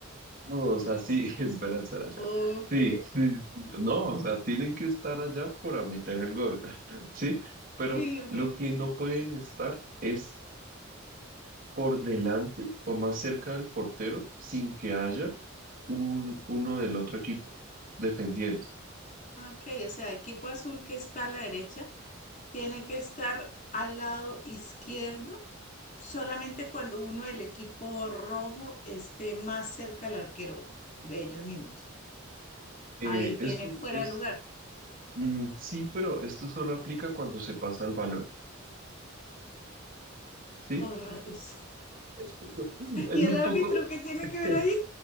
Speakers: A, on the right (about 45°); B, on the left (about 35°).
A: No, o sea, sí, <laughs> espera, espera, espera.
B: Ok,
A: Sí, sí, sí. No, o sea, tienen que estar allá para meter el gol, <laughs> ¿sí? Pero
B: <laughs> ok, ok.
A: lo que no pueden estar es por delante o más cerca del portero sin que haya un, uno del otro equipo defendiendo.
B: Ok, o sea, equipo azul que está a la derecha tiene que estar al lado izquierdo solamente cuando uno del equipo rojo esté más cerca al arquero de ellos mismos.
A: Eh,
B: Ahí viene
A: esto
B: fuera
A: es,
B: de lugar.
A: mm, sí, pero esto solo aplica cuando se pasa el balón, ¿sí?
B: Oh, rayos.
A: <laughs> Es
B: <laughs>
A: es
B: ¿Y el
A: un
B: árbitro
A: poco,
B: qué tiene
A: <laughs>
B: que ver
A: es
B: ahí?